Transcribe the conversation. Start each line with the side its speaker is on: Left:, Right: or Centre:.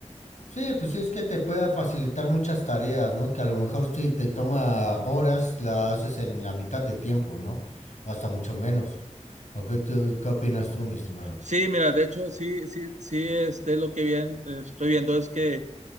Left: Sí, pues es que te puede facilitar muchas tareas, ¿no? Que a lo mejor si te toma horas, la haces en la mitad de tiempo, ¿no? O hasta mucho menos. ¿O qué, tú- qué opinas tú, mi estimado?
Right: Sí, mira, de hecho, sí, sí, sí, este, lo que bien, eh, estoy viendo es que